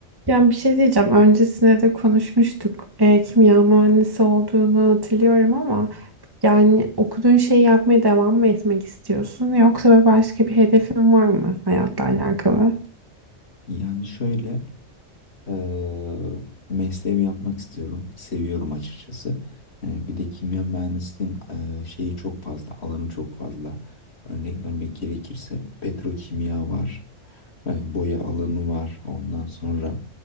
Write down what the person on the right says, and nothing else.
Ya bir şey diyeceğim. Öncesinde de konuşmuştuk. E, kimya mühendisi olduğunu hatırlıyorum ama yani okuduğun şeyi yapmaya devam mı etmek istiyorsun yoksa başka bir hedefin var mı hayatla alakalı?